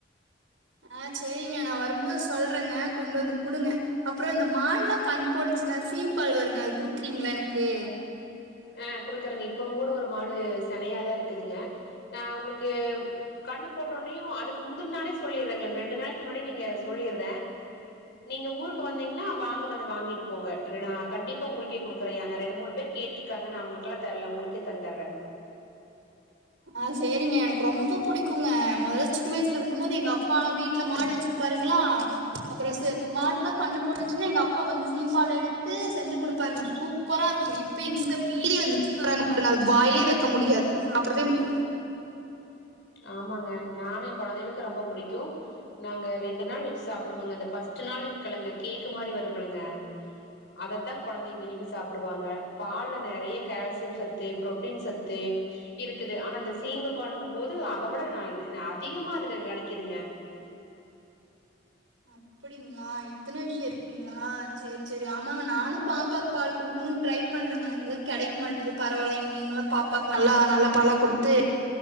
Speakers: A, on the right; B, on the left.
A: ஆ சேரிங்க நா வரும்போது சொல்றங்க கொண்டு வந்து குடுங்க அப்றோ இந்த மாடுலா கன்னு போடுச்னா சீம்பால் வருங்க அது குடுக்குறீங்க்ளா எனக்கு
B: ஆ குடுக்குறங்க இப்பங் கூட ஒரு மாடு செனையாதா இருக்குதுங்க நா உங்க்ளுக்கு ம் கண்ணு போட்டோனையு அதுக்கு முந்துன்னாளே சொல்லிறேங்க ரெண்டு நாளுக்கு முன்னாடி நீங்க சொல்லிறே நீங்க ஊருக்கு வந்தீங்க்ன்னா வாங்க வந்து வாங்கிட்டு போங்க ரெண் ஆ என்னனா கண்டிப்பா உங்க்ளுக்கே குடுக்குறே ஏனா ரெண்டு மூணு பேர் கேட்ரு க்காங்க நா அவங்களுக்குல்லா தர்ல உங்களுக்கே தந்தர்றே
A: ஆ சேரிங்க எனக்கு ரொம்ப புடிக்குங்க மொதல சின்ன வயசுல இருக்கும்போது எங்க அப்பா வீட்ல மாடு வச்சிருப் பாருங்ளா அப்புறோ சே மாடுல்லா கன்னு போடுச்சின்னா எங்க அப்பா வந்து சீம்பால் எடுத்து செஞ்சு குடுப்பாருங்க சூப் பரா இருக்கு இப்ப இங்க வீதியில வித்துட்டு வராங்க பாருங்கல அது வாயிலே வக்க முடியாதுங்க சாப்பிடவே முடியாது
B: ஆமாங்க நானு என் கொழந்தைகளுக்கு ரொம்ப புடிக்கு நாங்க ரெண்டு நாள் வெச்சு சாப்பிடுவோங்க இந்த பஸ்ட் நாள் இருக்குல்லங்க கேக்கு மாரி வருமுல்லங்க அதரத்தா கொழந்தைங்க விரும்பி சாப்பிடுவாங்க பாலுல நெறைய கால்சியம் சத்து புரோட்டீன் சத்து இருக்குது ஆனா அந்த சீம்பு பாலுங்கும்போது அத விட அதிகமா அதுல கெடைக்குதுங்க
A: அப்டிங்களா இத்தன விஷியோ இருக்குங்க்ளா சேரி சேரி ஆமாங்க நானு பாப்பாவுக்கு பால் குடுக்ணுன்னு ட்ரை பண்ணறங்க ஆனா இங்கெல்லா கெடைக்க மாட்டுது பரவால்லிங்க நீங்களா பாப்பாக்கு நல்லா நல்ல பாலா குடுத்து